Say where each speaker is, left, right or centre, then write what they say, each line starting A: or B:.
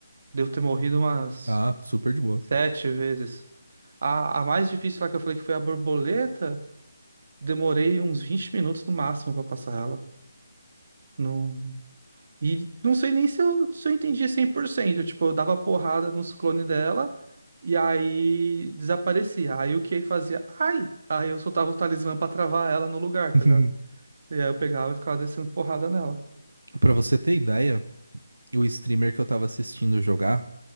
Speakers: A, on the right; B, on the right.
A: Devo ter morrido umas
B: Tá, super de boa.
A: sete vezes. A, a mais difícil lá que eu falei que foi a borboleta, demorei uns 20 minutos no máximo pra passar ela. Não... E não sei nem se eu, se eu entendi 100%. Tipo, eu dava porrada nos clones dela e aí desaparecia. Aí o que fazia? Ai! Aí eu soltava o talismã pra travar ela no lugar,
B: <laughs>
A: tá ligado? E aí eu pegava e ficava descendo porrada nela.
B: Pra você ter ideia, o streamer que eu tava assistindo jogar,